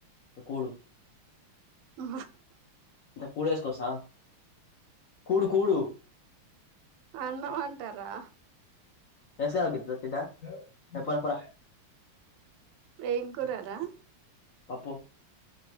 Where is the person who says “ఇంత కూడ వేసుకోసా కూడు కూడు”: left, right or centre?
Left